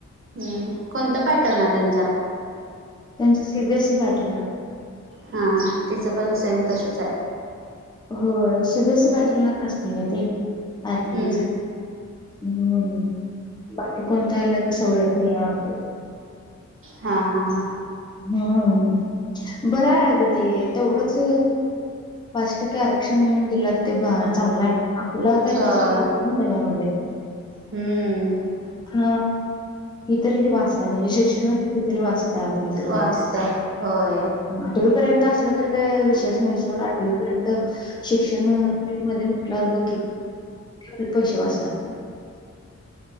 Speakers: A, on the right; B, on the left.
A: हम्म. कोणता पॅटर्न आहे त्यांचा?
B: त्यांचा C B S E pattern आहे.
A: हां हां. तिचं पण सेम तसंच हाय.
B: हो. C B S E pattern असतंय गं ते. आठवीच.
A: हम्म
B: <inaudible> हम्म बाकी. कोणत्या याला तर सवलत नाही राहते.
A: हा हा हा.
B: हम्म. बरं आहे गं ते तेवढंच पाच टक्के आरक्षण दिलात ते भा चांगलाय आपलं काहीतरी
A: हो
B: खेळी होेती ना जगामध्ये?
A: हम्म
B: अं <inaudible> म्हणजे शिक्षणावर किती तरी वाचता. तेवढेच
A: वाजता होय
B: <inaudible> आठवीपर्यंत असलं, तर काय विषयच नाही. सोड आठवीपर्यंत शिक्षण मध्ये म्हटल्यावर, <unintelligible> पैसे वाचतात.